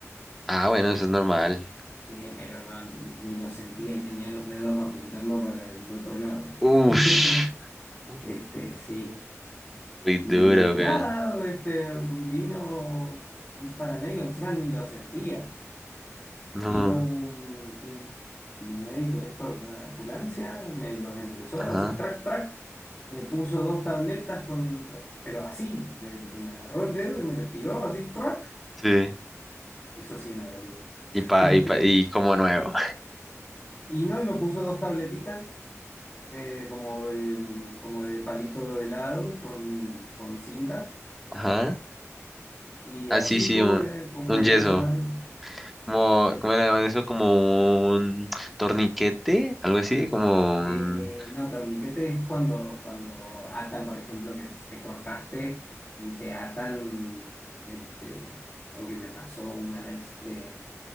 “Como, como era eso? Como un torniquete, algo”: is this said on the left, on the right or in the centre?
Centre